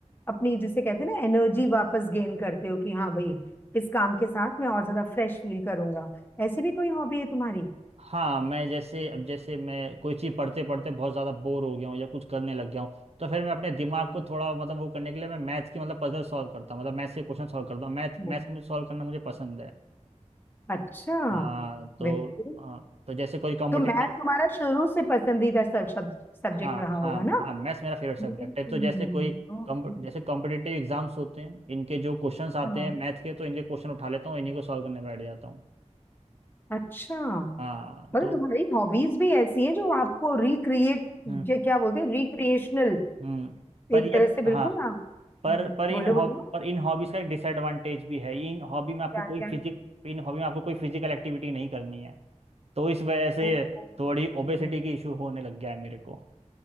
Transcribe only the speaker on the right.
हाँ मैं जैसे अब जैसे मैं कोई चीज़ पढ़ते पढ़ते बहुत ज़्यादा बोर हो गया हूँ या कुछ करने लग गया हूँ तो फिर मैं अपने दिमाग को थोड़ा मतलब वो करने के लिए मैं मैथ्स की मतलब पजल सॉल्व करता हूँ मतलब मैथ्स के क्वेश्चन सॉल्व करता हूँ मैथ
मैथ्स में सॉल्व करना मुझे पसंद है
हाँ तो
हाँ तो जैसे कोई कॉम्पिटिटिव
हाँ
हाँ
हाँ मैथ्स मेरा फेवरेट सब्जेक्ट
है तो जैसे कोई
कॉम्प- जैसे कॉम्पिटिटिव एग्जाम्स होते हैं इनके जो क्वेश्चंस आते
हैं मैथ के तो इनके क्वेश्चन उठा लेता हूँ इन्हीं को सॉल्व करने बैठ जाता हूँ
हाँ
तो
हम्म
हम्म पर
ये
हाँ
पर
पर इन
हॉब पर इन हॉबीज का एक डिसएडवांटेज भी है ये इन हॉबी में आपको
कोई
फिजिक इन हॉबी में आपको कोई फिजिकल एक्टिविटी नहीं करनी है तो इस वजह से
थोड़ी ओबेसिटी
की इशू होने लग गया है मेरे को